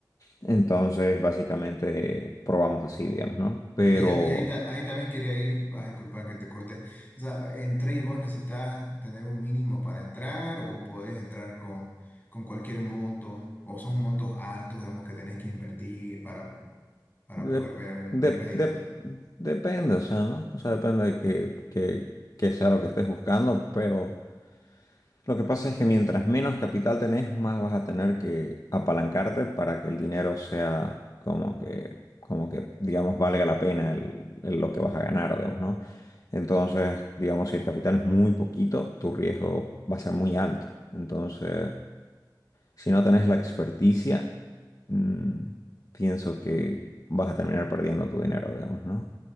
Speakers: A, on the left; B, on the left.
A: Entonces, básicamente, probamos así, digamos, ¿no? Pero
B: Y, a- y ahí, ta- ahí también quería ir, ah, disculpa que te corté. O sea, entré y vos necesitas tener un mínimo para entrar o podés entrar con, con cualquier monto o son montos altos, digamos, que tenés que invertir para, para
A: de-
B: poder ver algún
A: de-
B: rédito.
A: de-
B: digamos.
A: depende, o sea, ¿no? O sea, depende de que, que, que sea lo que estés buscando, pero... Lo que pasa es que mientras menos capital tenés, más vas a tener que apalancarte para que el dinero sea como que, como que, digamos, valga la pena el- el lo que vas a ganar, digamos, ¿no? Entonces, digamos, si el capital es muy poquito, tu riesgo va a ser muy alto. Entonces, si no tenés la experticia, mm, pienso que vas a terminar perdiendo tu dinero, digamos, ¿no?